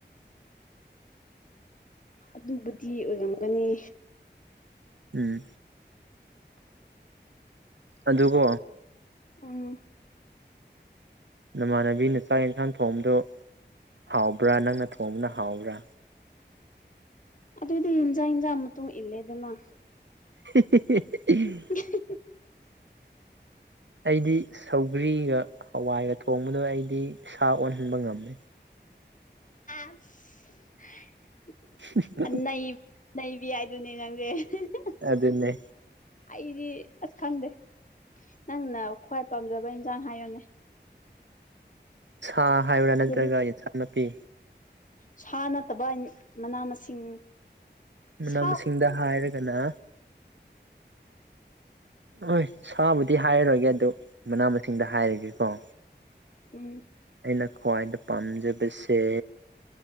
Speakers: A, on the left; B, on the right.
A: ꯑꯗꯨꯕꯨꯗꯤ ꯑꯣꯏꯔꯝꯒꯅꯤ
B: ꯎꯝ ꯑꯗꯨꯀꯣ
A: ꯎꯝ
B: ꯅꯃꯥꯟꯅꯕꯤꯅ ꯆꯥꯛ ꯌꯦꯟꯁꯥꯡ ꯊꯣꯡꯕꯗꯨ ꯍꯥꯎꯕ꯭ꯔꯥ ꯅꯪꯅ ꯊꯣꯡꯕꯅ ꯍꯥꯎꯕ꯭ꯔꯥ?
A: ꯑꯗꯨꯗꯤ ꯏꯟꯖꯥꯡ ꯍꯟꯖꯥꯡ ꯃꯇꯨꯡ ꯏꯟꯂꯦꯗꯅ
B: ꯍꯦ ꯍꯦ ꯍꯦ <unintelligible>
A: <unintelligible>
B: ꯑꯩꯗꯤ ꯁꯧꯒ꯭ꯔꯤꯒ ꯍꯋꯥꯏꯒ ꯊꯣꯡꯕꯗ ꯑꯩꯗꯤ ꯁꯥ ꯑꯣꯟꯍꯟꯕ ꯉꯝꯃꯦ
A: ꯑꯁ <unintelligible>
B: <unintelligible>
A: ꯅꯩ ꯅꯩꯕꯤ ꯍꯥꯏꯗꯨꯅꯦ ꯅꯪꯗꯤ <unintelligible>
B: ꯑꯗꯨꯅꯦ
A: ꯑꯩꯗꯤ ꯑꯁ ꯈꯪꯗꯦ ꯅꯪꯅ ꯈ꯭ꯋꯥꯏ ꯄꯥꯝꯖꯕ ꯍꯟꯖꯥꯡ ꯍꯥꯏꯌꯣꯅꯦ?
B: ꯁꯥ ꯍꯥꯏꯕ꯭ꯔꯥ ꯅꯠꯇ꯭ꯔꯒ
A: ꯑꯗꯨꯗꯤ
B: ꯌꯦꯟꯁꯡ ꯅꯥꯄꯤ?
A: ꯁꯥ ꯅꯠꯇꯕ ꯃꯅꯥ ꯃꯁꯤꯡ
B: ꯃꯅꯥ
A: ꯁꯥ
B: ꯃꯁꯤꯡꯗ ꯍꯥꯏꯔꯒꯅ ꯍꯣꯏ ꯁꯥꯕꯨꯗꯤ ꯍꯥꯏꯔꯔꯒꯦ ꯑꯗꯨ ꯃꯅꯥ ꯃꯁꯤꯡꯗ ꯍꯥꯏꯔꯒꯦꯀꯣ
A: ꯎꯝ
B: ꯑꯩꯅ ꯈ꯭ꯋꯥꯏꯗ ꯄꯥꯝꯖꯕꯁꯦ